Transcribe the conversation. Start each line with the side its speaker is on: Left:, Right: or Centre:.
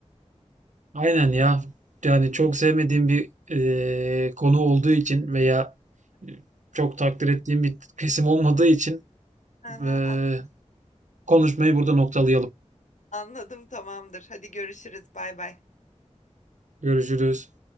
Right: Aynen ya. Yani çok sevmediğim bir eee, konu olduğu için veya çok takdir ettiğim bir kesim olmadığı için
Left: Hı hı,
Right: eee,
Left: an-
Right: konuşmayı burada noktalayalım.
Left: Anladım tamamdır. Hadi görüşürüz. Bay bay.
Right: Görüşürüz.